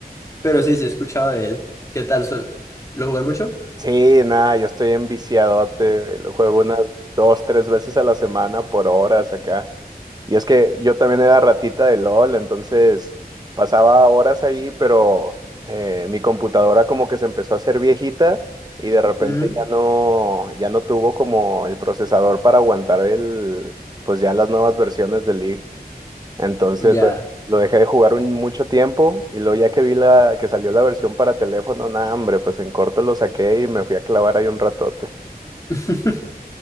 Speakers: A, on the left; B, on the right.
A: Pero sí, sí he escuchado de él. ¿Qué tal? So- ¿Lo jugué mucho?
B: Sí, nada, yo estoy enviciadote, güey, lo juego unas dos, tres veces a la semana por horas acá. Y es que yo también era ratita de LOL, entonces pasaba horas ahí, pero eh, mi computadora como que se empezó a hacer viejita y de repente
A: Ujú,
B: ya no, ya no tuvo como el procesador para aguantar el, pues ya las nuevas versiones del League. Entonces
A: Ya.
B: lo, lo dejé de jugar un, mucho tiempo y luego ya que vi la, que salió la versión para teléfono, nada, hombre, pues en corto lo saqué y me fui a clavar ahí un ratote.
A: <laughs>